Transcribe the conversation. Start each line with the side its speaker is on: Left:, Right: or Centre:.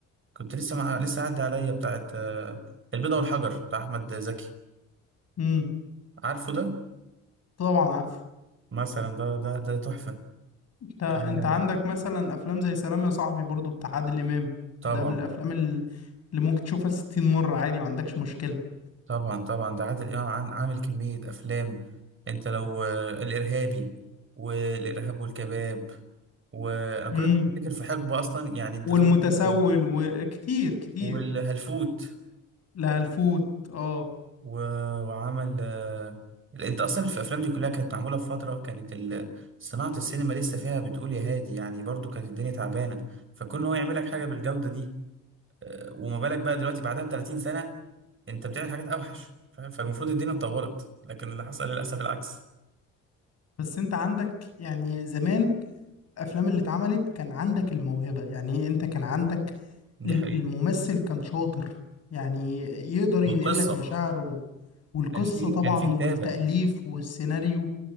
Right: كنت لسه مع... لسه عدى عليا بتاعت آه، البيضه والحجر بتاع احمد زكي
Left: امم
Right: عارفه ده
Left: طبعا عارف
Right: مثلا ده ده ده تحفه
Left: انت انت
Right: آه،
Left: عندك مثلا افلام زي سلام يا صاحبي برضو بتاع عادل امام
Right: طبعا
Left: ده من الافلام اللي اللي ممكن تشوفها 60 مرة عادي ما عندكش مشكلة
Right: طبعا طبعا ده عادل امام عن- عامل كمية افلام انت لو آه، الارهابي والارهاب والكباب وانا كل
Left: امم
Right: ده بفتكر في حقبة اصلا يعني انت
Left: والمتسول
Right: خلي بالك،
Left: وكتير كتير
Right: والهلفوت
Left: لا الفوت اه
Right: و- وعمل آه، انت اصلا في الافلام دي كلها كانت معمولة في فترة كانت ال- صناعة السينما لسه فيها بتقول يا هادي يعني برضو كانت الدنيا تعبانة فكون هو يعمل لك حاجة بالجودة دي آه، وما بالك بقى دلوقتي بعدها ب 30 سنة انت بتعمل حاجات اوحش ف- فالمفروض الدنيا اتطورت لكن اللي حصل للاسف العكس
Left: بس انت عندك يعني زمان الافلام اللي اتعملت كان عندك الموهبة يعني إيه؟ انت كان عندك
Right: دي
Left: ال-
Right: حقيقة
Left: الممثل كان شاطر يعني يقدر ينقل
Right: والقصه
Left: لك مشاعره والقصة
Right: كان في
Left: طبعا
Right: كان في
Left: والتأليف
Right: كتابه
Left: والسيناريو